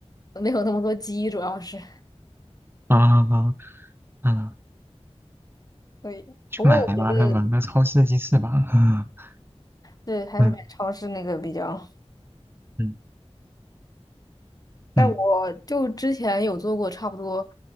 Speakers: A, on the left (about 35°); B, on the right (about 20°).
A: 没有那么多鸡，主要是。
B: 啊啊啊！
A: 对，
B: 去买吧，
A: 不过我觉得
B: 那个那超市鸡翅吧。<laughs>
A: 对，还是买超市那个比较。
B: 嗯嗯
A: 但我就之前有做过差不多
B: 嗯，